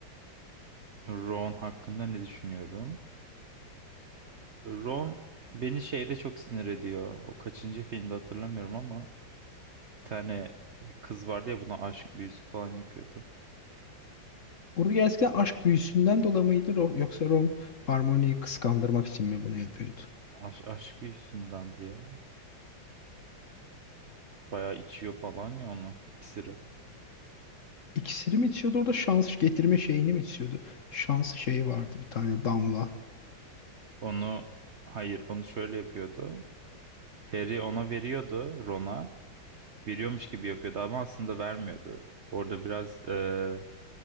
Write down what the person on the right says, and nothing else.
Ron hakkında ne düşünüyorum? Ron beni şeyde çok sinir ediyor. O kaçıncı filmde hatırlamıyorum ama. Bir tane bir kız vardı ya buna aşk büyüsü falan yapıyordu.
Aş, aşk büyüsündendi ya. Bayağı içiyor falan ya onu iksiri.
Onu hayır onu şöyle yapıyordu. Harry ona veriyordu Ron'a. Veriyormuş gibi yapıyordu ama aslında vermiyordu. Orada biraz e,